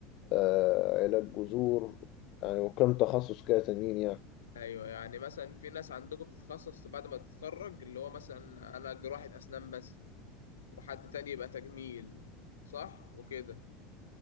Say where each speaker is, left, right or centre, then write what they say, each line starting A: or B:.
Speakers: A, on the left (about 45°); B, on the left (about 70°).
A: آه، علاج جذور يعني وكم تخصص كده تانيين يعني
B: ايوه يعني مثلا في ناس عندكم بتتخصص بعد ما تتخرج اللي هو مثلا انا جراحة اسنان بس وحد تاني يبقى تجميل صح وكده